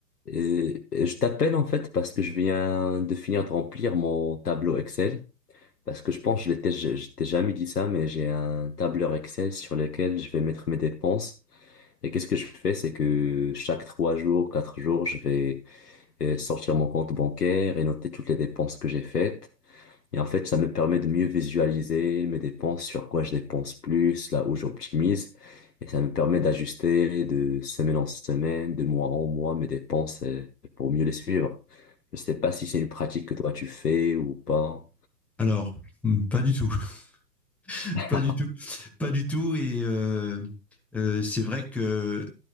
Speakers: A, on the left; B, in the centre.
A: Et et je t'appelle en fait parce que je viens de finir de remplir mon tableau Excel. Parce que je pense, je l'étais, je, je t'ai jamais dit ça, mais j'ai un tableur Excel sur lequel je vais mettre mes dépenses. Et qu'est-ce que je fais, c'est que chaque trois jours, quatre jours, je vais euh, sortir mon compte bancaire et noter toutes les dépenses que j'ai faites. Et en fait, ça me permet de mieux visualiser mes dépenses, sur quoi je dépense plus, là où j'optimise. Et ça me permet d'ajuster de semaine en semaine, de mois en mois, mes dépenses euh, pour mieux les suivre. Je sais pas si c'est une pratique que toi tu fais ou pas.
B: Alors, hmm, pas du tout, <laughs>
A: <laughs>
B: pas du tout, pas du tout. Et euh, euh, c'est vrai que